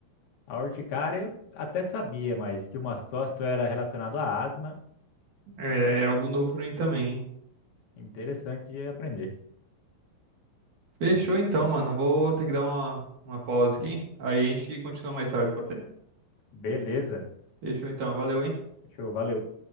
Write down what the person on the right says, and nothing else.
É algo novo pra mim também.
Fechou então, mano. Eu Vou ter que dar uma, uma pausa aqui. Aí a gente continua mais tarde, pode ser?
Fechou então. Valeu, hein?